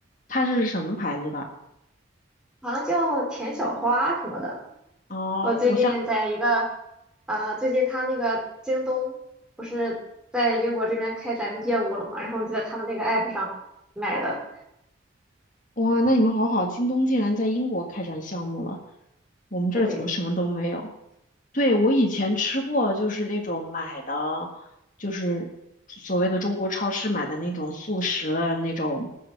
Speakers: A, on the left; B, in the centre.
A: 它是什么牌子的？
B: 好像叫田小花什么的。
A: 哦，
B: 我最近在一个，
A: 我想
B: 呃，最近他那个京东不是在英国这边开展业务了嘛，然后我就在他们那个 app 上买的。
A: 哇，那你们好好，京东竟然在英国开展项目了，我们这儿怎么什么都没有？
B: 对，
A: 对，我以前吃过，就是那种买的，就是所谓的中国超市买的那种速食的那种，